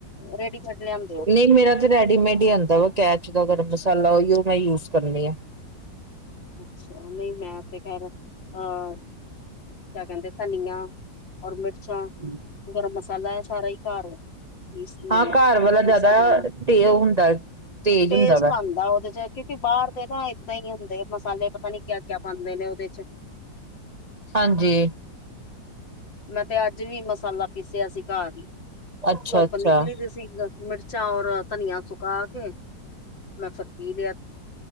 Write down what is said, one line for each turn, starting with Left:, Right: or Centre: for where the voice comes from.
Left: ਰੇਡੀਮੇਡ ਲੇਆਦੇ ਓ।
Right: ਨਹੀਂ ਮੇਰਾ ਰੈਡੀਮੇਡ ਈ ਆਦਾ ਵ ਕੈਚ ਦਾ ਗਰਮ ਮਸਾਲਾ ਓਈ ਓ ਮੈਂ ਯੂਜ ਕਰਨੀ ਆ।
Left: ਅੱਛਾ, ਨਈ ਮੈਂ ਤੇ ਖੈਰ, ਅ <unintelligible> ਕੈਦੇ ਧਨੀਆ, ਔਰ ਮਿਰਚਾਂ
Right: ਹਮ <unintelligible>
Left: ਗਰਮ ਮਸਾਲਾ ਸਾਰਾ ਈ ਘੱਰਐ ਪਿਸਦੀਆ
Right: ਹਾਂ
Left: ਮੈ,
Right: ਘਰ ਵਾਲਾ ਜਿਆਦਾ
Left: ਮਿਕਸਰ ਗ੍ਰੇਡਰ,
Right: ਤੇ ਉਹ ਹੁੰਦਾ ਤੇਜ਼
Left: ਟੇਸਟ
Right: ਹੁੰਦਾ ਵਾ
Left: ਆਦਾ ਓਦੇ ਚ ਕਿ ਬਾਰ ਦੇ ਨਾ ਏਦਾ ਈ ਹੁੰਦੇ, ਮਸਾਲੇ ਪਤਾ ਨੀ ਕਿਆ-ਕਿਆ ਪਾਦੇ ਨੇ ਓਦੇ ਚ
Right: ਹਾਂਜੀ।
Left: ਮੈਂ ਤੇ ਅੱਜ ਵੀ ਮਸਾਲਾ ਪੀਸਿਆ ਸੀ ਘਰ ਹੀ,
Right: ਅੱਛਾ-ਅੱਛਾ
Left: ਧੁੱਪ ਨਿਕਲੀ ਦੀ ਸੀ ਮਿਰਚਾਂ ਔਰ ਧਨੀਆ ਸੁਕਾ ਕੇ ਮੈਂ ਫਿਰ ਪੀ ਲਿਆ,